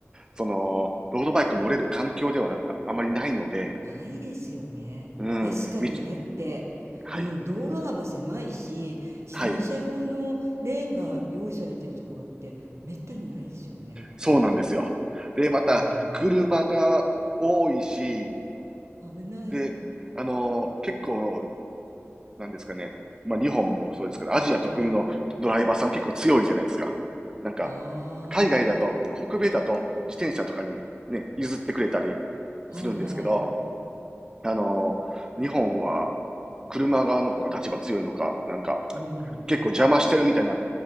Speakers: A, on the right; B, on the right.
A: その、ロードバイク乗れる環境ではああまりないので、
B: ないですよね。
A: うん、
B: 確かに。
A: みき、
B: だって、
A: はい、
B: うん、道路幅狭いし、自転車用のレーンが用意されてるところってめったにないですよね。
A: はい、そうなんですよ。
B: そういえば。
A: で、また、
B: うん。
A: 車がお多いし、
B: 危ない。
A: で、あの、結構なんですかね。まあ日本もそうですけど、アジア特有のドライバーさん結構強いじゃないですか。
B: うん。
A: なんか、
B: あ
A: 海外だと、北米だと自転車とかにね、譲ってくれたり
B: あ、
A: するんですけど、
B: はいはい。
A: あのー日本は車側の方が立場強いのか、なんか
B: うん。
A: 結構邪魔してるみたいにな、